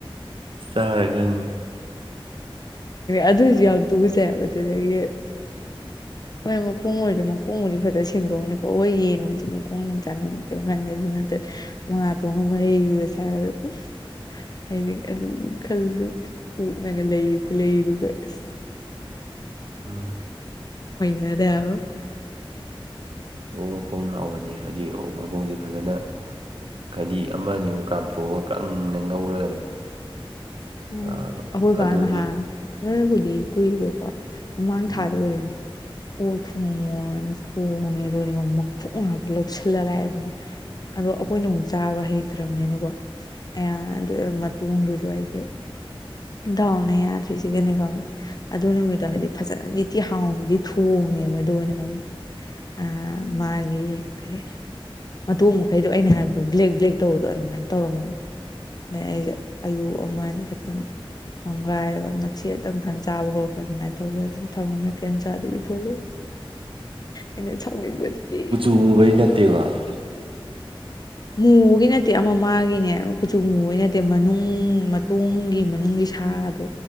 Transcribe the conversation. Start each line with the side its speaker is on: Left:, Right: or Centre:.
Right: ꯆꯥꯔꯒꯪꯅꯤ
Left: ꯑꯗꯨꯏꯁꯨ ꯌꯥꯝ ꯇꯨꯒꯨꯆꯩ ꯍꯥꯏꯕ ꯑꯗꯨꯗꯒꯤ ꯃꯥꯏ ꯃꯈꯣꯡ ꯑꯣꯏꯔꯁꯨ ꯃꯈꯣꯡ ꯈꯣꯡꯕꯨꯗꯤ ꯐꯖꯅ ꯁꯦꯡꯗꯣꯛꯑꯝꯅꯤꯀꯣ ꯍꯣꯏ ꯌꯦꯟꯒꯤꯁꯨ ꯃꯈꯣꯡ ꯅꯨꯡ ꯆꯥꯟꯅꯕꯅꯤꯅ ꯀꯩꯝ ꯈꯟꯗꯦ ꯑꯗꯨꯅ ꯃꯥꯅꯥꯇꫭꯟꯒ ꯃꯔꯩꯒꯒ ꯆꯥꯏ ꯍꯥꯏꯗꫭ ꯎꯞ ꯍꯥꯏꯗꯤ ꯑꯗꯨꯝ ꯋꯥꯈꯜ ꯑꯣꯛꯅꯒ ꯂꯩꯔꯤ ꯈꯨꯠꯂꯩꯗꯨꯒ ꯑꯁ
Right: ꯎꯝ
Left: ꯌꯥꯔ ꯌꯥꯎꯣ <unintelligible>
Right: ꯑꯣꯛ ꯃꯈꯣꯡ ꯍꯥꯎꯕꯅꯤ ꯍꯥꯏꯗꯤ ꯑꯣꯛ ꯃꯈꯣꯡꯁꯦ ꯐꯖꯅ ꯍꯥꯏꯗꯤ ꯑꯃ ꯑꯅꯤꯃꯨꯛ ꯀꯥꯝꯊꯣꯛꯑꯒ ꯀꯪꯅ ꯉꯧꯔꯒꯅꯦ
Left: ꯎꯝ
Right: ꯆꯥꯕ
Left: ꯑꯈꯣꯏꯕ
Right: ꯑꯗꯨꯗꯤ
Left: ꯅꯍꯥꯟ ꯈꯔꯕꯨꯗꯤ ꯀꯨꯏꯔꯦꯀꯣ ꯃꯃꯥꯡ
Right: ꯎꯝ
Left: ꯊꯥꯗꯣꯏꯔꯅꯤ ꯑꯣꯛ ꯊꯣꯡꯉꯣꯅ ꯊꯣꯡꯉꯦ ꯑꯗꯨꯅꯅꯦ ꯃꯈꯣꯡ ꯉꯥꯛꯇ ꯂꯧꯁꯤꯜꯂ ꯂꯥꯛꯑꯦ ꯑꯗꯣ ꯑꯩꯈꯣꯏꯅ ꯑꯃꯨꯛ ꯆꯥꯕ ꯍꯩ ꯆꯠꯇ꯭ꯔꯕꯅꯤꯅꯀꯣ ꯑꯌꯥ ꯑꯗꯨ ꯃꯇꫭꯡꯗꯨꯁꯨ ꯑꯩꯗꯤ ꯗꯥꯎꯅ ꯌꯥꯗ꯭ꯔꯤꯁꯤꯒꯅꯦ ꯈꯪꯕ꯭ꯔꯥ ꯑꯗꯨ ꯅꯨꯃꯤꯠꯇꫭ ꯍꯥꯏꯗꯤ ꯐꯖꯅꯗꯤꯇꯤ ꯍꯥꯎꯅꯗꯤ ꯊꯣꯡꯉꯦꯕ ꯑꯗꯨ ꯑꯣꯏꯅ ꯉꯪꯗ ꯑ ꯃꯥꯒꯤ ꯀꯔꯤ ꯃꯇꯣꯡ ꯃꯈꯩꯗꯣ ꯑꯩꯅ ꯍꯥꯏꯕꯗꯣ ꯕ꯭ꯂꯦꯛ ꯕ꯭ꯂꯦꯛ ꯇꯧꯕꯗꯣ ꯑꯗꯨꯃꯥꯏꯅ ꯇꯧꯔꯝꯃꯕ ꯑꯗꯩ ꯑꯩꯖꯦ ꯑꯥꯂꯨ ꯑꯃ‌ ꯑꯅꯤ ꯈꯠꯇ ꯈꯤꯇꯪ ꯑꯃꯒꯥꯏꯔꯒ ꯃꯆꯦꯇꯪ ꯈꯔ ꯆꯥꯕ ꯈꯣꯠꯄ ꯑꯗꯨꯃꯥꯏꯅ ꯇꯧꯔꯦ ꯑꯗꯨꯝ ꯁꯥꯎꯅꯤꯡꯕꯩ ꯀꯩꯝ ꯆꯥꯗꯕꯤ ꯊꯣꯛꯂꯦ ꯑꯩꯅ ꯁꯥꯎꯅꯤꯡꯕꯁꯤꯗꯤ
Right: ꯄꯨꯕꯩ ꯑꯗꯨꯒꯕ <unintelligible>
Left: ꯃꯨꯕꯒꯤ ꯅꯠꯇꯦ ꯑꯃ ꯃꯥꯒꯤꯅꯦ ꯀꯨꯆꯨ ꯃꯨꯕꯒꯤ ꯅꯠꯇꯦ ꯃꯅꯨꯡ ꯃꯇꯣꯒꯤ ꯃꯅꯨꯡꯒꯤ ꯁꯥꯗꯣ